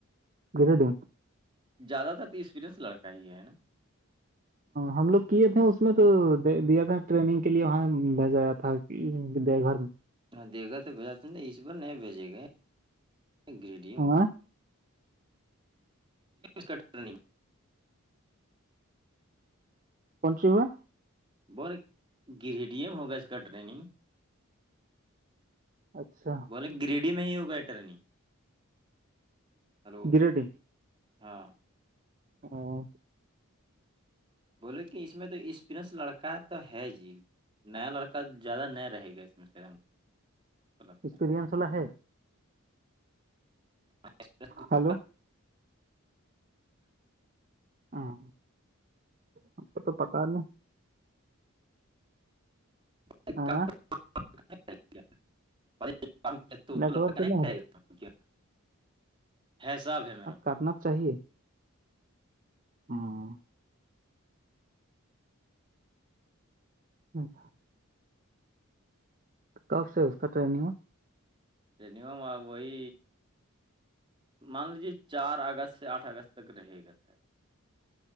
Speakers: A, on the right; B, on the right.
A: گر دن
B: زیادہ تر تو ایکسپریئنس لڑکا ہی ہے نا
A: ہم لوگ کیے تھے اس میں تو دیا تھا ٹریننگ کے لیے وہاں بھیجایا تھا دیو گھر
B: دے گا تو بھیجا تو نہیں اس بار نہیں بھیجے گئے گڈیم
A: ہاں
B: کٹ کر
A: کون سی ہو ہے
B: بولے گریڈی ایم ہوگا اس کا ٹریننگ
A: اچھا
B: بولے گریڈی میں ہی ہو گئےٹرنی ہلو
A: گریڈنگ
B: ہاں
A: ا <unintelligible>
B: بولے کہ اس میں تو ایکسپرینس لڑکا تو ہے جی نیا لڑکا زیادہ نیا رہے گا اس میں سےم کو لگتا
A: ایکسپرینس
B: ہے
A: واللا ہے
B: <inaudible>
A: ہلو ہاں ہم کو تو پتا نہیں
B: ل
A: ہاں
B: س کیا
A: نیٹ ورک نہیں
B: ح صااب ہے
A: اب
B: پاس
A: کرنا چاہیے ہاں اچ کب سے اس کا ٹریگ
B: ٹرینگ میں وہی مان لیجے چار اگست سے آٹھ اگست تک رہے گا سر